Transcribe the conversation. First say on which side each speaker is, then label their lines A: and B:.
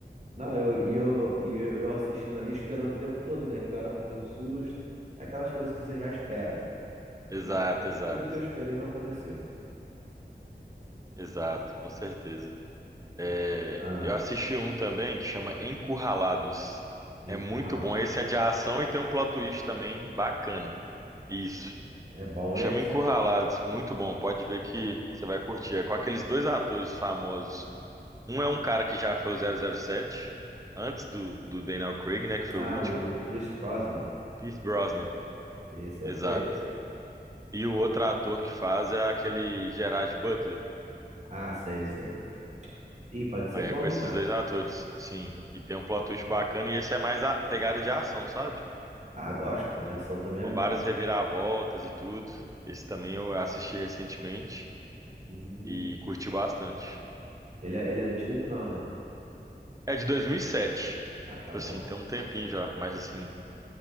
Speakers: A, on the right; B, on the right.
A: Não, eu, e eu, e eu, eu assistindo ali, esperando o tempo todo, né? Que hora eu vou ter um susto. Aquelas coisas que você já espera.
B: Exato,
A: E
B: exato,
A: tudo que eu esperei não aconteceu.
B: exato, com certeza. É,
A: Ah,
B: eu assisti um também que chama Encurralados. É
A: Encurralados.
B: muito bom. Esse é de ação e tem um plot twist também bacana. Isso.
A: É bom
B: Chama
A: esse?
B: Encurralados. Muito bom. Pode ver que você vai curtir. É com aqueles dois atores famosos. Um é um cara que já fez o zero zero sete antes do, do Daniel Craig, né, que foi
A: Ah,
B: o último.
A: o Pierce Brosnan.
B: Pierce Brosnan,
A: Esse
B: exato.
A: eu conheço.
B: E o outro ator que faz é aquele Gerard Butler.
A: Ah, sei, sei. Ih, pode ser
B: Aí
A: bom,
B: é com
A: hein,
B: esses
A: cara?
B: dois atores, sim. E tem um plot twist bacana, e esse é mais a pegada de ação, sabe?
A: Ah, gosto, pô, de ação também
B: Com
A: é bom.
B: várias reviravoltas e tudo. Esse também eu assisti recentemente
A: Hum.
B: e curti bastante.
A: Ele, é- ele é antigo, não, né?
B: É de dois mil e sete
A: Ah, tá
B: Tipo
A: bom.
B: assim, tem um tempinho já, mas assim,